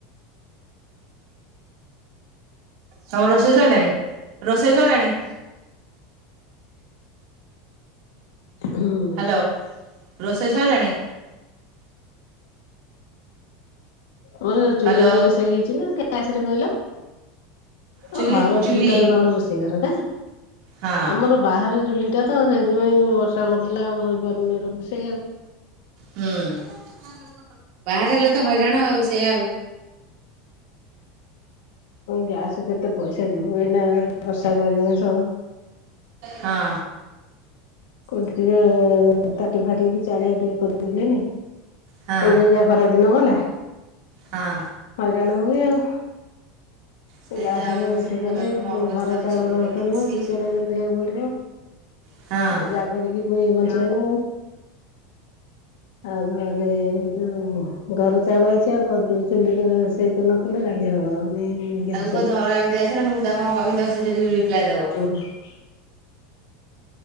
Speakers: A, on the right; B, on the left.
A: ତମର ରୋଷେଇ ସରିଲାଣି ରୋଷେଇ ସରିଲାଣି।
B: ହୁଁ।
A: ହ୍ୟାଲୋ ରୋଷେଇ ସଇଲାଣି।
B: ମୋର ଚୁଲିରେ
A: ହ୍ୟାଲୋ
B: ରୋଷେଇ ହେଇଛି ନା ଗ୍ୟାସରେ କହିଲ।
A: ଚୁଲି
B: ଓ ଘର
A: ଚୁଲି
B: ଭିତରେ ତମର ରୋଷେଇ ଘର ଟା
A: ହଁ
B: ଆମର ବାହାରେ ଚୁଲିଟା ତ ସେଇଥିପାଇଁ ବର୍ଷା ପକେଇଲା ଆଉ ହେପାରୁନି ରୋଷେଇ ଆଉ।
A: ହୁଁ ବାହାରେ ହେଲେ ତ ହଇରାଣ ଆଉ ସେୟା ଆଉ।
B: ଗ୍ୟାସ କେତେ ପଇସା ଯିବ ଏଇନା ବର୍ଷା ଚାରି ମାସ।
A: ହଁ।
B: କୋଉଠି ଟିକେ ତାଟି ଫାଟିକି ଚାରଆ ଟିକେ କରିଦେଲେନି
A: ହଁ
B: କହକ ଯା ଖରା ଦିନ ଗଲା।
A: ହଁ।
B: ହଇରାଣ ହେବେ ଆଉ।
A: ସେ
B: ଗ୍ୟାସ
A: ଯାହା ଗପୁଛି
B: ରେ ରୋଷେଇ
A: ମୁଁ
B: କଲେ
A: ତାକୁ କଣ କହୁଛି
B: ଘର
A: ତାକୁ
B: ଚାଉଳ
A: ଶୁଭୁନି କିଛି
B: ତ ନୁହଁ ବି
A: ଶୁଭୁନି
B: ପି ଏଲ ଯେମିତି ହେବାକୁ ପଡିବ।
A: ହଁ।
B: ଯାହା କରିକି ପୁଣି ବଞ୍ଚିବ ନା ଆଉ। ଆଉ ନହେଲେ ଏଇ ଯୋଉ ଘର ଚାଉଳ ଅଛି ଆଉ ଚୁଲିରେ ରୋଷେଇ କ କ ରାନ୍ଧି ହବ ଆଉ ନାଇଁ ଗ୍ୟାସରେ।
A: ତାକୁ କହ ଝରକା କତିକି ଆସିବ ନା ମୁଁ ତାକୁ କଣ କହିବି ସେଠି ରିପ୍ଲାଏ ଦବ।
B: ହ। <inaudible>